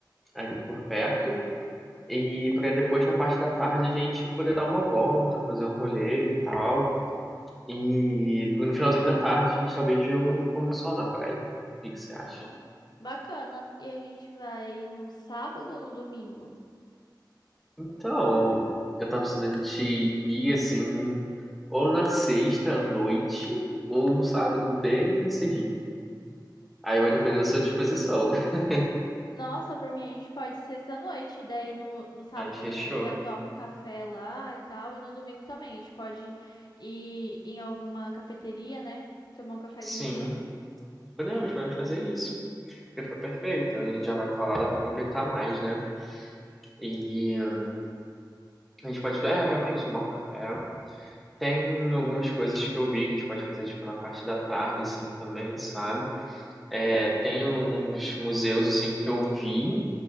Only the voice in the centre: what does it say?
ali por perto. E pra depois, na parte da tarde, a gente poder dar uma volta, fazer um rolê e tal. E no finalzinho da tarde, a gente talvez vê o pôr do sol na praia. O que que você acha?
Então, eu tava pensando a gente ir assim, ou na sexta à noite, ou no sábado bem cedinho. Aí vai depender
da sua disposição. <laughs>
Aí fechou.
Sim,
podemos, podemos fazer isso. Porque fica perfeito. A gente já vai estar lá, dá pra aproveitar mais, né? E hum, a gente pode, é, realmente, tomar um café. Tem algumas coisas que eu vi que a gente pode fazer, tipo, na parte da tarde, assim, também, sabe? É, tem uns museus, assim, que eu vi